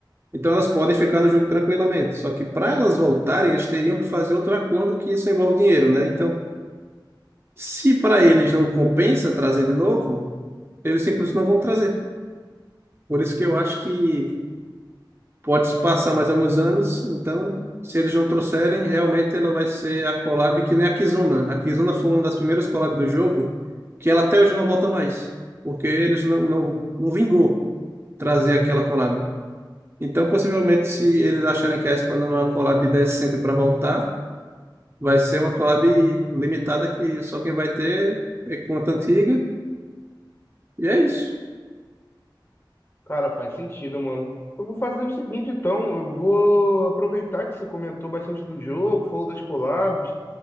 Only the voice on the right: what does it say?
Então elas podem ficar no jogo tranquilamente. Só que para elas voltarem, eles teriam que fazer outro acordo que isso envolve dinheiro, né? Então, se para eles não compensa trazer de novo, eles simplesmente não vão trazer. Por isso que eu acho que pode se passar mais alguns anos, então, se eles não trouxerem, realmente ela vai ser a collab que nem a Kizuna. A Kizuna foi uma das primeiras collabs do jogo que ela até hoje não volta mais, porque eles não, não, não vingou trazer aquela collab. Então, possivelmente, se eles acharem que a Espa não é uma collab decente para voltar, vai ser uma collab limitada que só quem vai ter é conta antiga, e é isso.